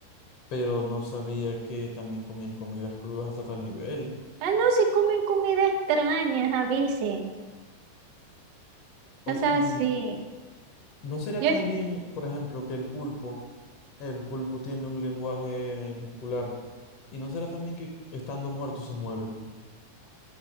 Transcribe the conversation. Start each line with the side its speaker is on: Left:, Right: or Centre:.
Left: pero no sabía que también comían comidas crudas hasta tal nivel.
Right: Ah, no, si comen comida extraña, avisen.
Left: O-
Right: O sea,
Left: y
Right: sí.
Left: no será
Right: Yo,
Left: también, por ejemplo, que el pulpo, el pulpo tiene un lenguaje muscular, y no será también que estando muerto se mueve.